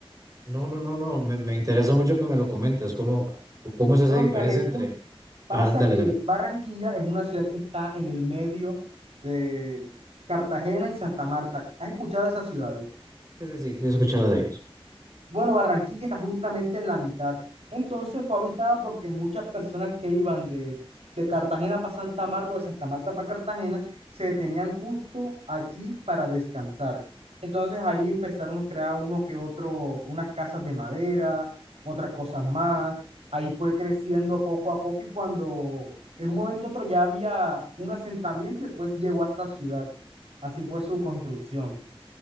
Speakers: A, on the right; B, on the right.
A: No, no, no, no, me, me interesa mucho que me lo comentes, cómo, cómo es esa
B: Bueno,
A: diferencia
B: mira, resulta,
A: entre...
B: pasa
A: Ajá, dale,
B: que
A: dale.
B: Barranquilla es una ciudad que está en el medio de Cartagena y Santa Marta. ¿Has escuchado de esas ciudades?
A: Sí, sí, sí, he escuchado de ellos.
B: Bueno, Barranquilla está justamente en la mitad. Entonces fue habitada porque muchas personas que iban de, de Cartagena para Santa Marta o de Santa Marta para Cartagena se detenían justo aquí para descansar. Entonces ahí empezaron a crear uno que otro, unas casas de madera, otras cosas más. Ahí fue creciendo poco a poco y cuando en un momento u otro ya había un asentamiento y después llegó a esta ciudad. Así fue su construcción.